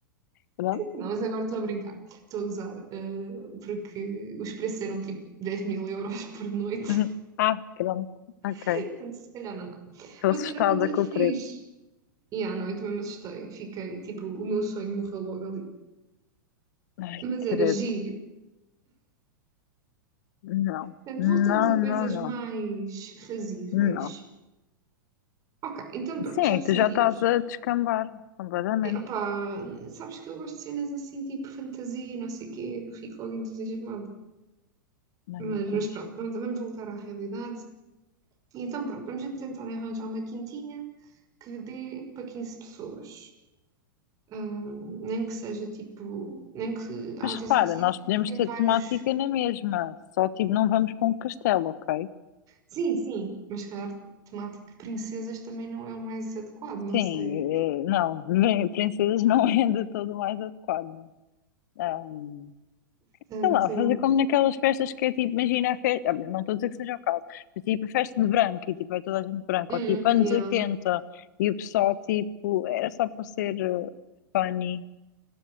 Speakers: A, on the left (about 55°); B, on the right (about 30°).
A: pronto.
B: Não, mas agora estou a brincar, estou a gozar, eh, porque os preços eram, tipo, dez mil euros por noite,
A: Uhum. Ah, pronto, ok.
B: <laughs> portanto, se calhar não dá.
A: Estou
B: Mas
A: assustada
B: era muito
A: com
B: fixe.
A: o preço.
B: E à noite mesmo assustei. Fiquei, tipo, o meu sonho morreu logo ali.
A: Ai,
B: Mas
A: credo,
B: era giro.
A: não,
B: Portanto,
A: não,
B: voltamos a coisas
A: não, não,
B: mais fazíveis.
A: não.
B: Ok, então pronto,
A: Sim,
B: já decidimos.
A: tu já estás a descambar completamente.
B: É, opá, sabes que eu gosto de cenas assim, tipo fantasia, não sei o quê, eu fico logo entusiasmada.
A: Ai, meu
B: Mas,
A: Deus.
B: mas pronto, vamos, vamos voltar à realidade. E então pronto, vamos então tentar arranjar uma quintinha que dê para 15 pessoas. Hum, nem que seja tipo, nem que haja
A: Mas repara,
B: sítios
A: nós podemos
B: que têm
A: ter
B: vários
A: temática na mesma, só tipo não vamos para um castelo, ok?
B: Sim, sim, mas se calhar temática princesas também não é o mais adequado, não
A: Sim,
B: sei.
A: eh, não, <laughs> princesas não é de todo o mais adequado. Ahm,
B: Portanto,
A: sei lá, fazer como naquelas festas que é tipo, imagina a festa, não estou a dizer que seja o caso, mas tipo a festa de branco e tipo é toda a gente branca,
B: hum,
A: ou tipo anos
B: yeah.
A: 80 e o pessoal tipo, era só para ser eh, funny.